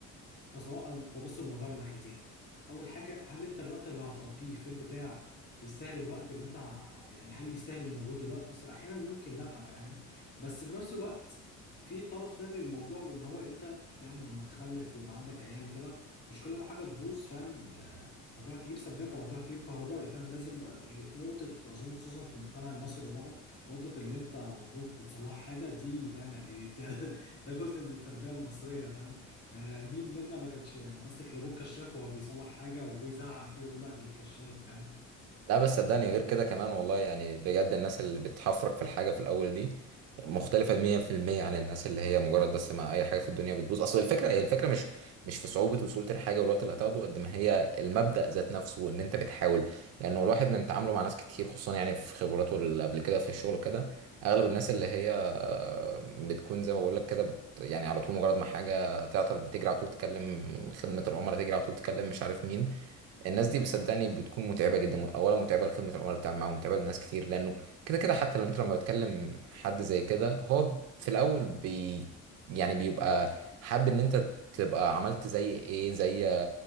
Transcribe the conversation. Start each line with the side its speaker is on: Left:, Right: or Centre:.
Left: اصل هو انا ببص للموضوع من ناحيتين اول حاجه هل انت الوقت اللي هتقضيه في البتاع يستاهل الوقت اللي انت ع- يعني هل يستاهل المجهود والوقت اصل احيانا ممكن لا فاهم بس في نفس الوقت في طرف تاني للموضوع وان هو انت فاهم لما تخلف ويبقى عندك عيال وكده مش كل ما حاجه تبوظ فاهم آه، هتروح تجيب سباكه وهتروح تجيب كهربائي فاهم لازم آه، نقطه اظن خصوصا في المجتمع المصري الموضوع ده نقطه اللي انت وابوك بتصلح حاجه دي فاهم يعني دي <laughs> ده جزء من التربيه المصريه فاهم يعني مين منا ما كانش ماسك لابوه الكشاف وهو بيصلح حاجه وابوه يزعق فيه ويقول له ادي الكشاف فاهم
Right: لا بس صدقني غير كده كمان والله يعني بجد الناس اللي بتحفرك في الحاجة في الأول دي مختلفة 100% عن الناس اللي هي مجرد بس مع أي حاجة في الدنيا بتبوظ أصل الفكرة هي الفكرة مش مش في صعوبة وسهولة الحاجة والوقت اللي هتاخده قد ما هي المبدأ ذات نفسه وإن أنت بتحاول لأنه الواحد من تعامله مع ناس كتير خصوصا يعني في خبراته اللي قبل كده في الشغل وكده أغلب الناس اللي هي آه، بتكون زي ما بقول لك كده بت يعني على طول مجرد ما حاجة تعطل بتجري على طول تكلم خدمة العملاء تجري على طول تكلم مش عارف مين الناس دي بصدقني بتكون متعبه جدا اولا متعبه لخدمه العملاء بتاعهم معاهم متعبه لناس كتير لانه كده كده حتى لو انت لما بتكلم حد زي كده هو في الاول بي يعني بيبقى حابب ان انت تبقى عملت زي ايه زي